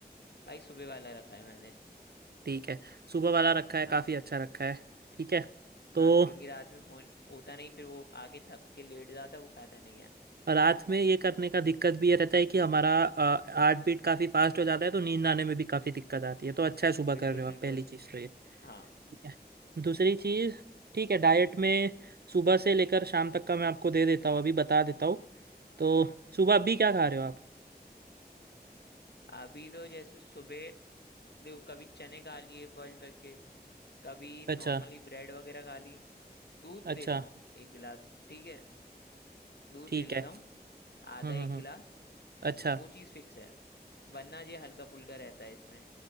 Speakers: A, on the left (about 80°); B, on the right (about 70°).
A: भाई सुबह वाला रखा है मैंने
B: ठीक है सुबह वाला रखा है
A: हाँ
B: काफ़ी अच्छा रखा है ठीक है तो
A: हाँ क्योंकि रात में हो होता नहीं फिर वो आके थक के लेट जाता वो फायदा नहीं है
B: रात में ये करने का दिक्कत भी ये रहता है कि हमारा हार्ट बीट काफ़ी फास्ट हो जाता है तो नींद आने में भी काफ़ी दिक्कत आती है तो अच्छा है सुबह
A: बिल्कुल
B: कर रहे हो
A: बिल्कुल
B: आप पहली चीज़ तो ये
A: हाँ
B: ठीक है दूसरी चीज़ ठीक है डाइट में सुबह से लेकर शाम तक का मैं आपको दे देता हूँ अभी बता देता हूँ तो सुबह अभी क्या खा रहे हो आप
A: अभी तो जैसे सुबह देखो कभी चने खा लिए बॉईल करके कभी नॉर्मली
B: अच्छा
A: ब्रेड वगैरह खा ली दूध
B: अच्छा
A: लेता हूँ एक गिलास ठीक है दूध
B: ठीक
A: ले लेता
B: है
A: हूँ आधा
B: हम्म
A: एक
B: हम्म हम्म,
A: गिलास
B: अच्छा
A: वो चीज़ फिक्स है वरना ये हल्का फुल्का रहता है इसमें